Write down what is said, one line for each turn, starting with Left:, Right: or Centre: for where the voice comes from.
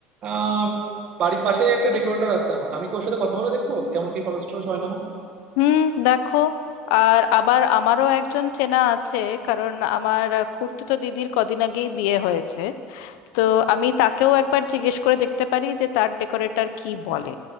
Right: আহ বাড়ির পাশে একটা ডেকোরেটর আছে আমার আমি কি ওর সাথে কথা বলে দেখবো কেমন কি খরচ টরচ হয় না হয়
Left: হুম দেখো আর আবার আমারও একজন চেনা আছে কারণ আমার খুড়তুতো দিদির কদিন আগেই বিয়ে হয়েছে তো আমি তাকেও একবার জিজ্ঞেস করে দেখতে পারি যে তার ডেকোরেটর কি বলে